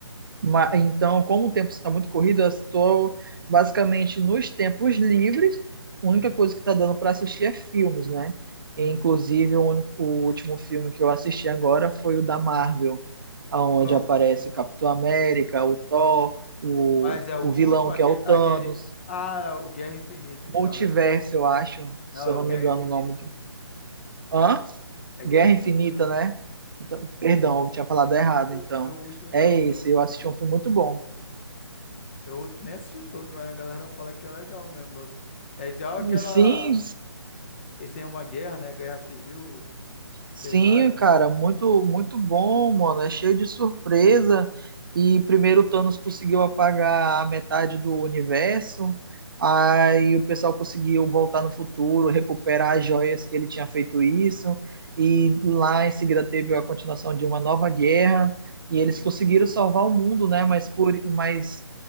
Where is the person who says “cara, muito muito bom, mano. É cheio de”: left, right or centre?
Right